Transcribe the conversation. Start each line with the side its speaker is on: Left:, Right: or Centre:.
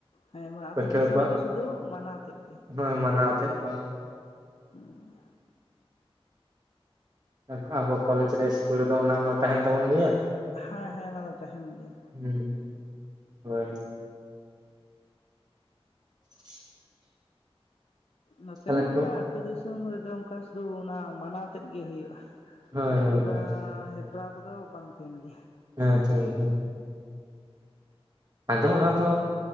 Left: ᱦᱮᱸ ᱟᱹᱛᱩ
Right: ᱯᱟᱹᱴᱷᱩᱣᱟᱹ
Left: ᱫᱤᱥᱚᱢ ᱨᱮᱫᱚ ᱥᱩᱫᱷᱩ ᱢᱟᱱᱟᱣ ᱛᱮᱫ
Right: ᱠᱚᱣᱟᱜ ᱢᱟᱱᱟᱣ ᱛᱮ ᱠᱚ
Left: ᱚᱸ
Right: ᱚᱱᱠᱟ ᱟᱵᱚ ᱠᱚᱞᱮᱡᱽ ᱨᱮ ᱤᱥᱠᱩᱞ ᱨᱮᱫᱚ ᱚᱱᱟᱢᱟ ᱛᱟᱦᱮᱱ ᱛᱟᱵᱚᱱ ᱜᱮᱭᱟ
Left: ᱦᱮᱸ ᱦᱮᱸ ᱚᱱᱟ ᱫᱚ ᱛᱟᱦᱮᱱ ᱜᱮᱭᱟ
Right: ᱦᱮᱸ ᱦᱳᱭ <unintelligible>
Left: ᱱᱚᱛᱮ
Right: ᱛᱟᱦᱚᱞᱮ
Left: ᱚᱱᱠᱟ
Right: ᱠᱚ
Left: ᱟᱹᱛᱩ ᱫᱤᱥᱚᱢ ᱨᱮᱫᱚ ᱚᱱᱠᱟ ᱥᱩᱫᱷᱩ ᱚᱱᱟ ᱢᱟᱱᱟᱣᱛᱮᱫ ᱜᱮ‌ ᱦᱩᱭᱩᱜᱼᱟ
Right: ᱦᱳᱭ
Left: ᱚᱱᱠᱟ ᱯᱨᱳᱜᱟᱢ
Right: ᱦᱳᱭ ᱦᱳᱭ
Left: ᱦᱮᱯᱨᱟᱣ ᱠᱚᱫᱚ ᱵᱟᱝ ᱛᱟᱦᱮᱱ ᱜᱮᱭᱟ
Right: ᱦᱮᱸ ᱛᱚ ᱤᱱᱠᱟᱹ ᱟᱫᱚ ᱚᱱᱟ ᱫᱚ